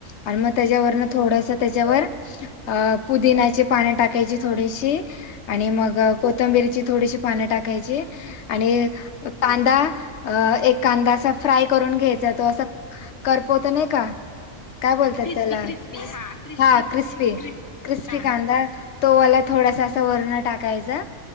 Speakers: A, on the left; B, on the left.
A: आणि मग त्याच्यावरन थोडस त्याच्यावर अ पुदिन्याची पाणी टाकायची थोडीशी आणि मग कोथंबिरीची थोडीशी पान टाकायची. आणि कांदा. एक कांदा असा फ्राय करून घ्यायचा तो अस- करपवत नाही का? काय बोलतात
B: क्रिस्पी
A: त्याला?
B: क्रिस्पी हा
A: हा
B: क्रिस्प
A: क्रिस्पी क्रिस्पी
B: हा
A: कांदा
B: हा
A: तोवाला थोडासा अस वरण टाकायचा